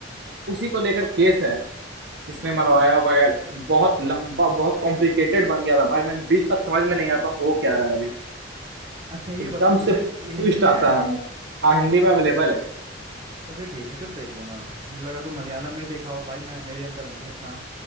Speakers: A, on the right (about 65°); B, on the right (about 30°).
A: उसी को लेकर केस है किसने मरवाया
B: हाँ
A: वगैरह बहुत लंबा बहुत कॉम्प्लिकेटेड बन गया था भाई मैंने बीच तक समझ में नहीं आता हो क्या रहा है अभी
B: अच्छा ये
A: एकदम
B: बता मुझे
A: से ट्विस्ट
B: ये हिंदी में
A: आता
B: है
A: है मुंह हाँ हिंदी में अवेलेबल है
B: तो फिर ठीक है फिर देख लूंगा मैं मुझे लगा तू मलयालम में ही देखा हो भाई मैं मेरे अंदर नहीं है इतना